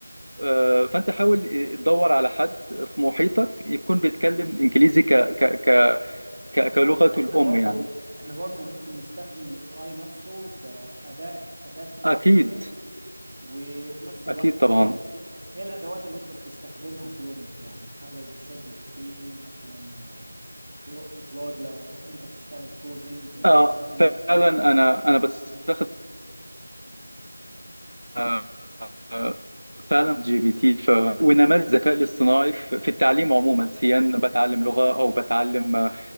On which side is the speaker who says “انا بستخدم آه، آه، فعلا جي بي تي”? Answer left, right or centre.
Right